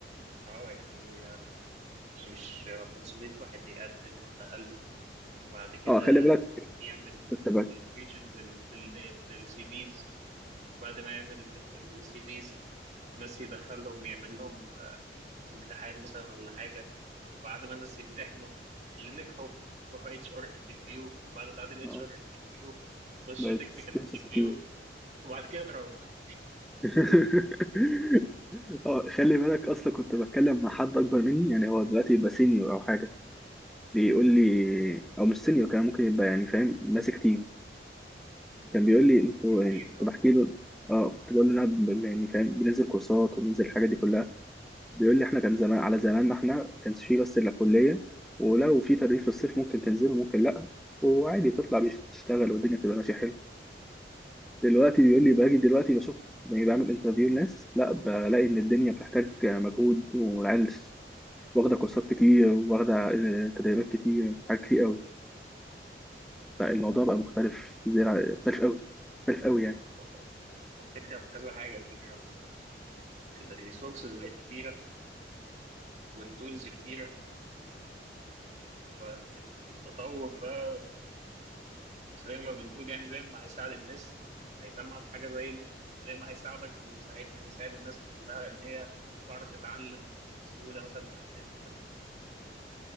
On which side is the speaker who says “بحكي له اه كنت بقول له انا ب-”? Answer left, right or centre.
Centre